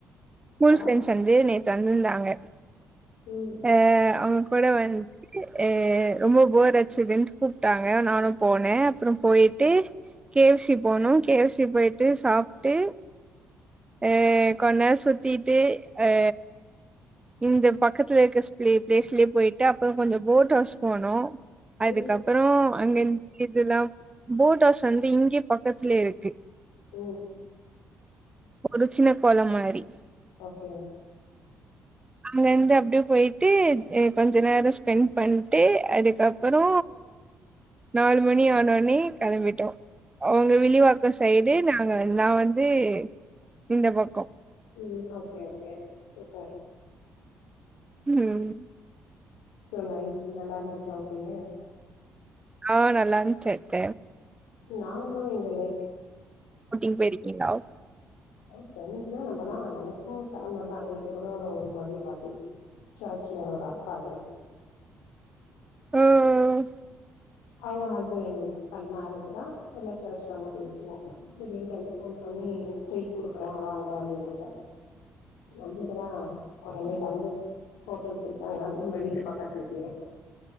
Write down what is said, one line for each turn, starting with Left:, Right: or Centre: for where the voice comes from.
Right: ஸ்கூல்
Left: வாவ்
Right: ஃப்ரெண்ட்ஸ் வந்து நேத்து வந்திருந்தாங்க
Left: ம்
Right: அ அவுங் கூட வந்து அ ரொம்ப போர் அச்சுதுன்ட்டு கூப்பிட்டாங்க நானும் போனே அப்புறம் போயிட்டு கே எஃப் சி போனோ கே எஃப் சி போயிட்டு சாப்ட்டு அ கொன்னேரோ சுத்திட்டு அ இந்த பக்கத்துல இருக்க ஸ்பளே பிளாஸ்லேயே போயிட்டு அப்புறம் கொஞ்சம் போட் ஹவுஸ் போனோ அதுக்கப்புறம்
Left: ம்
Right: அங்க இதுல்லாம் போட் ஹவுஸ் வந்து இங்கே பக்கத்துலயே இருக்கு.
Left: ஓ
Right: ஒரு சின்ன கொள மாரி
Left: ஓகே
Right: இங்க இருந்து அப்டியே போயிட்டு எ கொஞ்ச நேரோ ஸ்பெண்ட் பண்ணிட்டு அதுக்கப்புறோ நாலு மணி ஆனோனே கிளம்பிட்டோ அவங்க வில்லிவாக்கம் சைடு நாங்க நா வந்து இந்த பக்கொ
Left: ம் ஓகே ஓகே சூப்பர்
Right: ம்
Left: சோ நைட் நல்லா இருந்துச்சு அவுட்டிங்க்
Right: ஆ நல்லா இருந்துச்சு அத்த.
Left: நாங்களு இங்க நே
Right: அவுட்டிங் போயிருக்கீங்ளா
Left: ப்ரண்ட்ஸ் எலாம் நம்மல்லாம் நினைச்சா கிளம்படுத நேத்து கூட ஒரு பர்த்டே பார்ட்டி <inaudible> சர்ச் லே ஒரு அக்கா அது.
Right: ம் ம்
Left: அவங்க ஹஸ்பண்ட் அண்ட் ஒயஃப் க மேரேஜ் தான் எல்லா சர்ல ஒா பேசுவோம் இப்படின்ட்டு வந்து போன் பண்ணி ட்ரீட் குடுக்குற வாங்க அப்படின்னாங்க. நம்பலக்கதா உடனே கலம்பு. ஹோட்டல் சொல்ட்டாங்க நம்ம வீட்டு பக்கத்துலயே